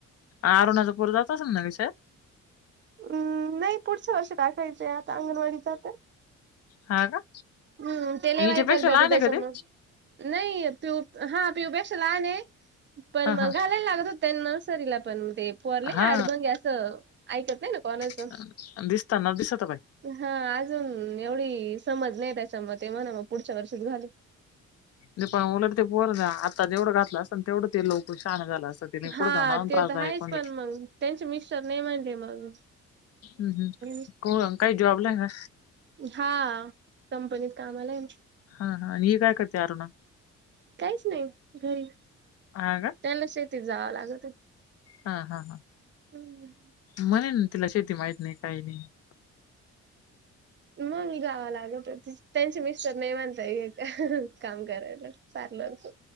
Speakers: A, on the left (about 55°); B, on the right (about 40°).
A: आरुणाचं पोर जात असल ना गं शाळेत?
B: हम्म... नई पुढच्या वर्षी टाकायचंय... आता अंगणवाडीत जातंय
A: हा का?
B: हम्म... ते लई
A: हिच्यापेक्षा
B: वैताग देतं
A: लहान
B: त्याच्यामुळं
A: आहे का ते?
B: नई... पिऊ... हा... पिऊपेक्षा लहान ए... पण
A: हा
B: मग
A: हा
B: घालाय लागत होतं त्यां नर्सरीला... पण ते.. पव्हार
A: हा
B: आडबंगे असं... ऐकत नाही ना कोणाचं
A: दिसतानच... दिसतं बाई
B: हा... अजून... एवढी समज नई त्याच्या मधे... ते म्हणं मग पुढच्या वर्षीच घालू
A: नाई पण... उलट ते पोरगं. आता जेवढं घातलं असतं तेवढं ते लवकर शाहानं झालं असतं ते नाही
B: हा...
A: पुढे जाऊन अजून
B: ते
A: त्रासदायक
B: तर हायच
A: होऊन
B: पण
A: जातं.
B: मग त्यांचे मिस्टर नई म्हणले मग...
A: हम्म हम्म
B: <unintelligible>
A: कोण... काही जॉबला ए का?
B: हा... कंपनीत कामाला ए
A: हा हा... आणि ही काय करते अरुणा?
B: काहीच नाई... घरी...
A: हा का
B: त्यांना शेतीत जावं लागतं
A: हा हाहा
B: हम्म
A: म्हणेल ना... तिला शेती माईत नाई... काय नाई... मग
B: मग मी गावाला आलो तर... त्याचे मिस्टर नई म्हणतायेत... काम करायला.... सारलं असं